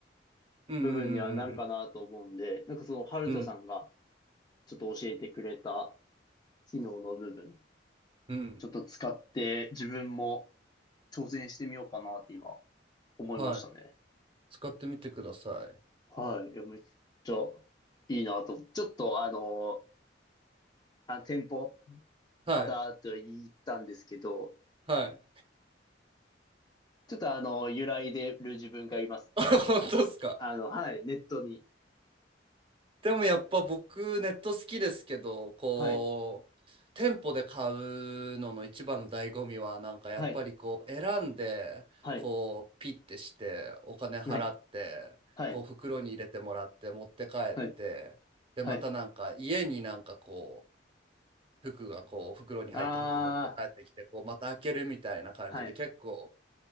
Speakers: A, on the right; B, on the left.
A: うんうんう
B: 部分にはなるかなと思うんで、
A: ん
B: なんかその、ハルトさんが
A: うん
B: ちょっと教えてくれた機能の部分、
A: うんうん。
B: ちょっと使って自分も挑戦してみようかなって今、思いましたね。
A: はい。使ってみてください。
B: はい。いや、めっちゃいいなと思って。ちょっとあの、あの店舗、
A: はい。
B: 肌と言ったんですけど、
A: はい。
B: ちょっとあの、揺らいでる自分がいますね。
A: <laughs> 本当ですか。
B: あの、はい、ネットに。
A: でもやっぱ僕ネット好きですけど、こう、
B: はい、
A: 店舗で買うのの一番の醍醐味は、なんかやっぱりこう、
B: はい、
A: 選んで、
B: はい、
A: こう、ピッてして、お金払って、
B: はい、はい、
A: こう、袋に入れてもらって、持って帰って、
B: はい、
A: で、
B: はい。
A: またなんか家になんかこう、服がこう、袋に入った服持って帰ってきて、
B: あ
A: こう、また開けるみたいな感じで、
B: ー、はい。
A: 結構